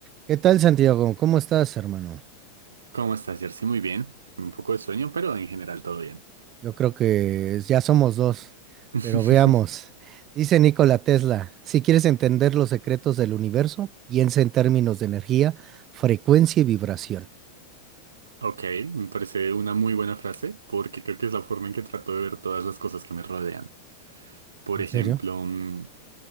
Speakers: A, on the right; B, on the right.
A: ¿Qué tal, Santiago? ¿Cómo estás, hermano?
B: ¿Cómo estás, Jersey? Muy bien. Un poco de sueño, pero en general todo bien.
A: Yo creo que ya somos dos,
B: <laughs>
A: pero veamos. Dice Nikola Tesla, si quieres entender los secretos del universo, piensa en términos de energía, frecuencia y vibración.
B: Ok, me parece una muy buena frase porque creo que es la forma en que trato de ver todas las cosas que me rodean. Por
A: ¿En
B: ejemplo,
A: serio?
B: mm,